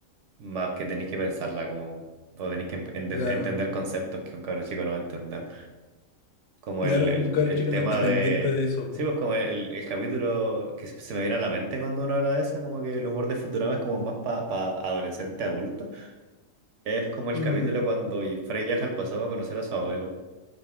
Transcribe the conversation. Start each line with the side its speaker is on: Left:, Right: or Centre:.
Right: más que tenéis que pensarla, como, o tenéis que enten-
Left: claro,
Right: entender conceptos que un cabro chico no va a entender. Como
Left: claro,
Right: el, el,
Left: un, un cabro
Right: el
Left: chico
Right: tema
Left: no está pendiente
Right: de,
Left: de eso, po.
Right: sí, pues como el, el capítulo que se me viene a la mente cuando uno habla de eso, como que el humor de Futurama es como más para pa pa adolescente adulto. Es como el
Left: Mm,
Right: capítulo cuando Frey viaja al pasado a conocer a su abuelo.